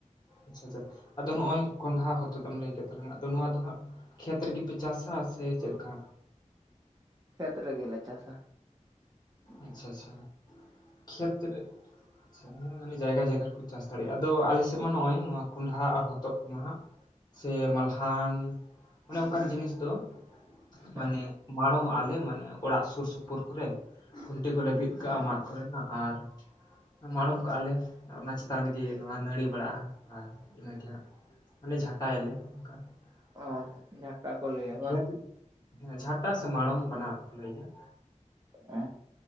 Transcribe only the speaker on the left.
ᱟᱪᱪᱷᱟ ᱟᱪᱪᱷᱟ ᱟᱫᱚ ᱱᱚᱜᱼᱚᱭ ᱠᱚᱸᱰᱦᱟ ᱦᱚᱛᱚᱫ ᱮᱢ ᱞᱟᱹᱭ ᱠᱮᱫ ᱛᱟᱞᱟᱝᱟ ᱟᱫᱚ ᱱᱚᱣᱟ ᱫᱚ ᱦᱟᱸᱜ᱾ ᱠᱷᱮᱛ ᱨᱮᱜᱮᱯᱮ ᱪᱟᱥᱟ ᱥᱮ ᱪᱮᱫ ᱞᱮᱠᱟ᱾
ᱟᱪᱪᱷᱟ ᱟᱪᱪᱷᱟ᱾ ᱠᱷᱮᱛ ᱨᱮ <unintelligible> ᱡᱟᱭᱜᱟ ᱡᱟᱭᱜᱟ ᱨᱮᱠᱚ ᱪᱟᱥ ᱫᱟᱲᱮᱭᱟᱜ-ᱟ, ᱟᱫᱚ ᱟᱞᱮᱥᱮᱫ ᱢᱟ ᱱᱚᱜ-ᱚᱭ ᱱᱚᱣᱟ᱾ ᱠᱚᱸᱰᱦᱟ ᱟᱨ ᱦᱚᱛᱚᱫ ᱠᱚᱢᱟ ᱦᱟᱸᱜ ᱥᱮ ᱢᱟᱞᱦᱟᱱ ᱚᱱᱮ ᱚᱱᱠᱟᱱ ᱡᱤᱱᱤᱥ ᱫᱚ᱾
ᱢᱟᱱᱮ ᱢᱟᱲᱚᱢᱟᱜ ᱟᱞᱮ ᱢᱟᱱᱮ ᱚᱲᱟᱜ ᱥᱩᱨ ᱥᱩᱯᱩᱨ ᱠᱚᱨᱮ ᱠᱷᱩᱱᱴᱤ ᱠᱚᱞᱮ ᱵᱤᱫ ᱠᱟᱜ-ᱟ
ᱢᱟᱫ᱾ ᱠᱚᱨᱮᱱᱟᱜ ᱟᱨ᱾ ᱢᱟᱲᱚᱢ ᱠᱟᱜ-ᱟᱞᱮ ᱟᱨ ᱚᱱᱟ ᱪᱮᱛᱟᱱ ᱨᱮᱜᱮ ᱱᱚᱣᱟ ᱱᱟᱹᱲᱤ ᱵᱟᱲᱟᱜ-ᱟ ᱟᱨ ᱤᱱᱟᱹᱜᱮ ᱦᱟᱸᱜ᱾ ᱢᱟᱱᱮ ᱡᱷᱟᱴᱟ ᱮ ᱞᱮ ᱚᱱᱠᱟ᱾ ᱟᱫᱚ
ᱠᱷᱮᱛ ᱦᱮᱸ ᱡᱷᱟᱴᱟ ᱥᱮ ᱢᱟᱲᱚᱢ ᱵᱟᱱᱟᱨ ᱠᱚ ᱞᱟᱹᱭ ᱜᱮᱭ᱾